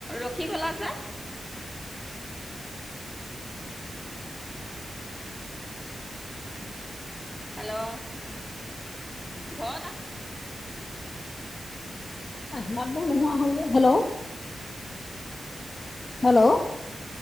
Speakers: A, in the centre; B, on the left (about 30°).
A: ৰখি গলা যে হেল্ল' ঘৰত আ
B: আহ মাত বোৰ নোহোৱা হল যে হেল্ল' হেল্ল'